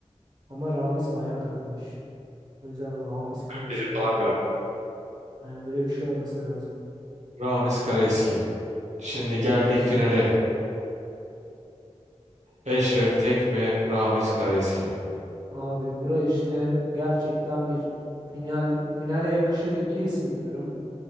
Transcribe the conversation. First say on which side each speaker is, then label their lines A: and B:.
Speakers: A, on the right; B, on the right.
A: Ama Ramiz bayağı takılmış. O yüzden bu Hamis Karaeski
B: Dedi
A: diyor.
B: falan galiba.
A: Yani öyle bir şey olması lazım.
B: Ramiz Karaeski. Şimdi geldik finale. Eşref Tek mi Ramiz Karaeski mi?
A: Abi bura işte gerçekten bir final finale yakışır iki isim diyorum.